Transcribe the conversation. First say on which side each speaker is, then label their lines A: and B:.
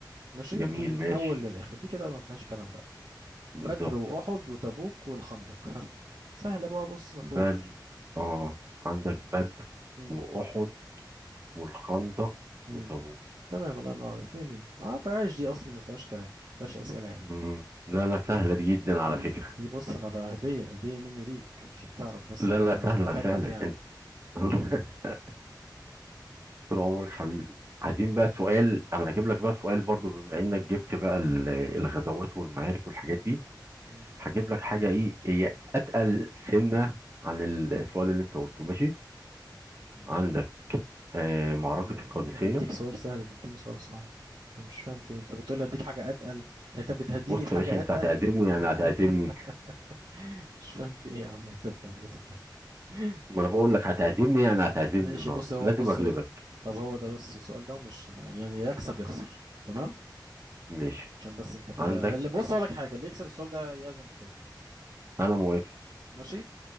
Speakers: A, on the right (about 75°); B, on the right (about 35°).
A: ماشي
B: جميل
A: من الأول
B: ماشي
A: للآخر دي كده ما فيهاش كلام بقى
B: بالظبط
A: بدر وأحد وتبوك والخندق ها سهلة بقى بص ما فيهوش
B: بل اه عندك بدر
A: امم
B: وأحد والخندق
A: امم
B: وتبوك
A: تمام الله ينور عليك 100 100 ما فيهاش دي اصلا ما فيهاش كلام ما فيهاش اسئله يعني
B: مم. لا لا سهلة دي جدا على
A: دي
B: فكرة
A: دي بص انا بقى هديه هديه مني ليك عشان تعرف بس
B: لا
A: ان
B: لا
A: انا
B: سهلة
A: بحبك
B: فعلا
A: يعني
B: انت <laughs>
A: م-
B: طول عمرك حبيبي عايزين بقى سؤال انا هجيب لك بقى سؤال برضو بما انك جبت بقى ال- الغزوات والمعارك والحاجات دي
A: م-
B: هجيب لك حاجة ايه هي اتقل سنة عن السؤال اللي انت قلته ماشي
A: م-
B: عندك
A: ماشي
B: آه معركة
A: انا
B: القادسية
A: انا بديك سؤال سهل تديني سؤال صعب انا مش فاهم في إيه. انت بتقول لي اديك حاجه اتقل يعني انت بتهديني
B: بص
A: بحاجه
B: يا باشا انت
A: اتقل
B: هتعزمني يعني هتعزمني
A: <laughs> مش فاهم في ايه يا عم انت بتعمل ده <laughs>
B: ما انا بقول لك هتعزمني يعني
A: طب
B: هتعزمني
A: ماشي
B: النهارده
A: بص هو
B: لازم
A: بص
B: اغلبك
A: طب هو ده بس السؤال ده ومش ما- يعني يكسب يخسر تمام
B: ماشي
A: عشان بس انت كده
B: عندك
A: اللي بص اقول لك حاجه اللي يكسب السؤال ده يعزم التاني
B: انا موافق
A: ماشي